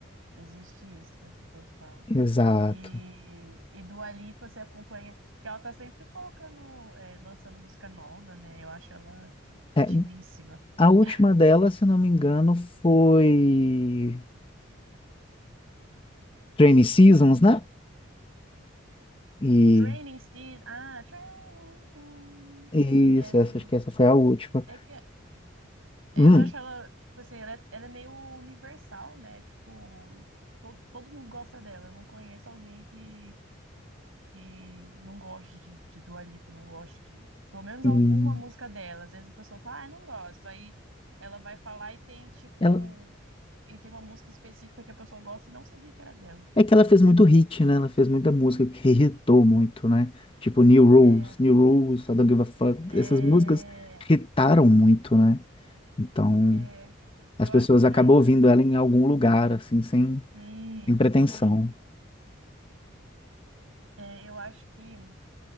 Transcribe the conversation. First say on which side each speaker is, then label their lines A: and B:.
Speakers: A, on the right (about 85°); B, on the left (about 25°).
A: existe isso que as pessoas falam.
B: Exato.
A: E, e Dua Lipa você acompanha. Porque ela tá sempre colocando, é, lançando música nova, né? Eu acho ela
B: É,
A: divíssima.
B: a última
A: <laughs>
B: dela, se não me engano, foi Trainy Seasons, né? E
A: Training Season. Ah, Training.
B: Isso,
A: Essa,
B: essa,
A: né?
B: acho que essa foi a última.
A: É que é, Eu
B: Hum,
A: acho ela, tipo assim, ela é, ela é meio universal, né? Tipo, todo todo mundo gosta dela. Eu não conheço alguém que, que não goste de, de Dua Lipa, não goste de, pelo menos alguma
B: hum.
A: música dela. Às vezes a pessoa fala, ah, não gosto. Aí ela vai falar e tem, tipo,
B: Ela,
A: e tem uma música específica que a pessoa gosta e não sabia que era dela.
B: é que ela fez muito hit, né? Ela fez muita música que irritou muito, né? Tipo New Rules,
A: É,
B: New Rules, I Don't Give a Fuck.
A: é,
B: Essas músicas irritaram muito, né? Então,
A: é,
B: as
A: eu
B: pessoas
A: acho que
B: acabam
A: já entra.
B: ouvindo ela em algum lugar, assim, sem,
A: Sim,
B: sem pretensão.
A: uhum. É, eu acho que. Eu